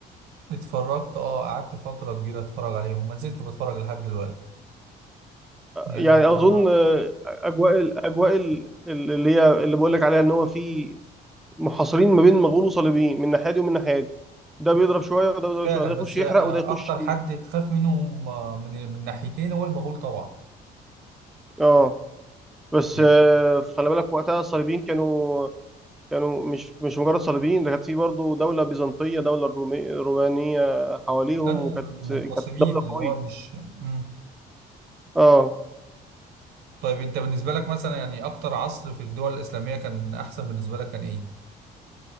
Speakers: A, on the right; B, in the centre.
A: اتفرجت اه قعدت فترة كبيرة اتفرج عليهم ما زلت بتفرج لحد دلوقتي يعني
B: يعني أظن
A: ما
B: آه، أجواء الأجواء ال- اللي هي اللي بقول لك عليها إن هو في محاصرين ما بين مغول وصليبيين من ناحية دي ومن ناحية دي ده
A: <laughs>
B: بيضرب شوية وده بيضرب
A: فعلا
B: شوية ده
A: بس
B: يخش يحرق
A: آه،
B: وده يخش
A: اكتر
B: ي-
A: حد تخاف منهم آه، من من ناحيتين هو المغول طبعا
B: اه بس
A: يعني
B: آه، خلي بالك وقتها الصليبيين كانوا كانوا مش مش مجرد صليبيين ده كانت في برضه دولة بيزنطية دولة الرومي- رومانية حواليهم
A: كانوا
B: وكانت
A: المنقسمين
B: كانت دولة
A: اللي
B: قوية
A: هو مش مم.
B: اه
A: طيب انت بالنسبة لك مثلا يعني اكتر عصر في الدول الإسلامية كان احسن بالنسبة لك كان ايه؟